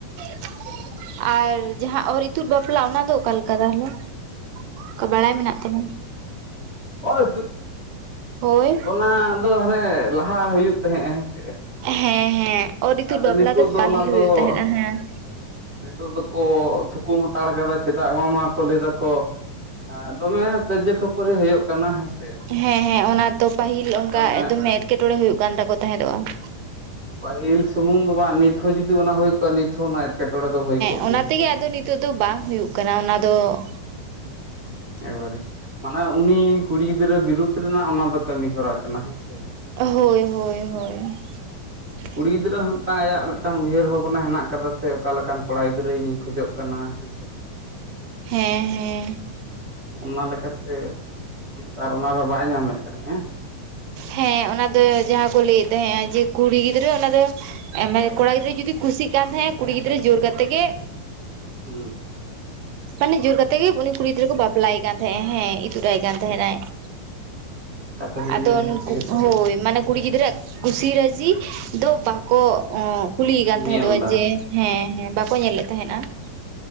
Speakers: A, on the right; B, on the right.
A: ᱾ ᱟᱨ ᱡᱟᱦᱟᱸ ᱚᱨᱼᱤᱛᱩᱫ ᱵᱟᱯᱞᱟ ᱚᱱᱟ ᱫᱚ ᱚᱠᱟ ᱞᱮᱠᱟ ᱛᱟᱦᱚᱞᱮ? ᱠᱚ ᱵᱟᱲᱟᱭ ᱢᱮᱱᱟᱜ ᱛᱟᱢᱟ
B: ᱚᱨᱼᱤᱛᱩᱫ,
A: ᱦᱳᱭ
B: ᱚᱱᱟ ᱫᱚ ᱦᱟᱱᱮ ᱞᱟᱦᱟ ᱦᱩᱭᱩᱜ ᱛᱟᱦᱮᱸᱜ, ᱦᱮᱸᱥᱮ?
A: ᱦᱮᱸ ᱦᱮᱸ, ᱚᱨᱼᱤᱛᱩᱫ
B: ᱟᱫᱚ
A: ᱵᱟᱯᱞᱟ
B: ᱱᱤᱛᱚᱜ
A: ᱫᱚ ᱯᱟᱹᱦᱤᱞ
B: ᱚᱱᱟ ᱫᱚ
A: ᱦᱩᱭᱩᱜ ᱛᱟᱦᱮᱸᱜᱼᱟ ᱦᱮᱸ ᱾
B: ᱱᱤᱛᱚᱜ ᱫᱚᱠᱚ ᱛᱷᱩᱠᱩᱢ ᱦᱟᱛᱟᱲ ᱠᱟᱫᱟ ᱪᱮ ᱫᱟ ᱚᱱᱟ ᱢᱟᱢᱟ ᱠᱚ ᱞᱟᱹᱭ ᱫᱟᱠᱚ ᱫᱚᱢᱮ ᱠᱟᱹᱭᱡᱟ ᱠᱷᱟᱹᱯᱟᱹᱨᱤ ᱦᱩᱭᱩᱜ ᱠᱟᱱᱟ ᱦᱮᱸᱥᱮ
A: ᱦᱮᱸ ᱦᱮᱸ, ᱚᱱᱟ ᱛᱚ ᱯᱟᱹᱦᱤᱞ
B: ᱥᱟᱵ
A: ᱚᱱᱠᱟ
B: ᱠᱟᱜ ᱢᱮ
A: ᱫᱚᱢᱮ ᱮᱴᱠᱮᱼᱴᱚᱬᱮ ᱦᱩᱭᱩᱜ ᱠᱟᱱ ᱛᱟᱠᱚ ᱛᱟᱦᱮᱸᱫᱚᱜᱼᱟ ᱾
B: ᱯᱟᱹᱦᱤᱞ ᱥᱩᱢᱩᱝ ᱫᱚ ᱵᱟᱝ ᱱᱤᱛ ᱦᱚᱸ ᱡᱩᱫᱤ ᱚᱱᱟ ᱦᱩᱭ ᱠᱚᱜᱼᱟ, ᱱᱤᱛ ᱦᱚᱸ ᱚᱱᱟ ᱮᱴᱠᱮᱼᱴᱚᱬᱮ ᱫᱚ ᱦᱩᱭ ᱠᱚᱜ
A: ᱚᱱᱟ
B: ᱜᱮᱭᱟ ᱦᱮᱸ
A: ᱛᱮᱜᱮ
B: ᱥᱮ ᱵᱟᱝ?
A: ᱟᱫᱚ ᱱᱤᱛᱚᱜ ᱫᱚ ᱵᱟᱝ ᱦᱩᱭᱩᱜ ᱠᱟᱱᱟ ᱚᱱᱟ ᱫᱚ ᱾
B: ᱮᱠᱵᱟᱨᱮ ᱢᱟᱱᱮ ᱩᱱᱤ ᱠᱩᱲᱤ ᱜᱤᱫᱽᱨᱟᱹ ᱵᱤᱨᱩᱫ ᱨᱮᱱᱟᱜ ᱚᱱᱟ ᱫᱚ ᱠᱟᱹᱢᱤ ᱦᱚᱨᱟ ᱠᱟᱱᱟ ᱦᱮᱸᱥ ᱮ
A: ᱦᱳᱭ ᱦᱳᱭ ᱦᱳᱭ
B: ᱩᱸᱦ
A: <inaudible>
B: ᱠᱩᱲᱤ ᱜᱤᱫᱽᱨᱟᱹ ᱦᱚᱸ ᱢᱤᱫᱴᱟᱝ ᱟᱭᱟᱜ ᱢᱤᱫᱴᱟᱝ ᱩᱭᱦᱟᱹᱨ ᱵᱷᱟᱵᱽᱱᱟ ᱦᱮᱱᱟᱜ ᱠᱟᱫᱟ ᱥᱮ ᱚᱠᱟ ᱞᱮᱠᱟᱱ ᱠᱚᱲᱟ ᱜᱤᱫᱽᱨᱟᱹ ᱤᱧᱤᱧ ᱠᱷᱚᱡᱚᱜ ᱠᱟᱱᱟ ᱾ ᱦᱮᱸᱥ <unintelligible>
A: ᱦᱮᱸ ᱦᱮᱸ ᱾
B: ᱚᱱᱟ ᱞᱮᱠᱟ ᱛᱮ ᱩᱱᱤ ᱛᱚ ᱟᱨ ᱚᱱᱟᱨᱮ ᱵᱟᱭ ᱧᱟᱢᱮᱫ ᱛᱟᱦᱮᱸᱜᱼᱟ ᱾
A: ᱦᱮᱸ ᱚᱱᱟ ᱫᱚ ᱡᱟᱦᱟᱸ ᱠᱚ ᱞᱟᱹᱭᱮᱫ ᱛᱟᱦᱮᱸᱱᱟ ᱡᱮ ᱠᱩᱲᱤ ᱜᱤᱫᱽᱨᱟᱹ ᱚᱱᱟ ᱫᱚ ᱮᱸ ᱢᱮ ᱠᱚᱲᱟ ᱜᱤᱫᱽᱨᱟᱹ ᱡᱩᱫᱤ ᱠᱩᱥᱤᱜ ᱠᱟᱱ ᱛᱟᱦᱮᱸᱫ ᱮ ᱠᱩᱲᱤ ᱜᱤᱫᱽᱨᱟᱹ ᱡᱳᱨ ᱠᱟᱛᱮᱜ ᱜᱮ
B: ᱦᱩᱸ ᱾
A: ᱢᱟᱱᱮ ᱡᱳᱨ ᱠᱟᱛᱮᱜ ᱜᱮ ᱩᱱᱤ ᱠᱩᱲᱤ ᱜᱤᱫᱽᱨᱟᱹ ᱠᱚ ᱵᱟᱯᱞᱟᱭᱮ ᱠᱟᱱ ᱛᱟᱦᱮᱸᱜᱱᱟ ᱦᱮᱸ ᱤᱛᱩᱫ ᱟᱭ ᱠᱟᱱ
B: ᱴᱷᱤᱠ
A: ᱛᱟᱦᱮᱸᱱᱟᱭ ᱾
B: ᱠᱟᱛᱷᱟ ᱫᱚ
A: ᱟᱫᱚ
B: ᱤᱱᱟᱹ ᱠᱷᱟᱹᱛᱤᱨ
A: ᱱᱳᱠᱩ
B: ᱛᱮᱜᱮ ᱥᱮ
A: ᱦᱚᱸᱭ ᱢᱟᱱᱮ ᱠᱩᱲᱤ ᱜᱤᱫᱽᱨᱟᱹ ᱠᱩᱥᱤ ᱨᱟᱹᱡᱤ ᱫᱚ ᱵᱟᱠᱚ ᱠᱩᱞᱤᱭᱮ ᱠᱟᱱ ᱛᱟᱦᱮᱸᱫᱼᱟ
B: ᱧᱮᱞ ᱫᱟ
A: ᱡᱮ ᱦᱮᱸᱼᱦᱮᱸ, ᱵᱟᱠᱚ ᱧᱮᱞ ᱞᱮᱫ ᱛᱟᱦᱮᱸᱫᱼᱟ ᱾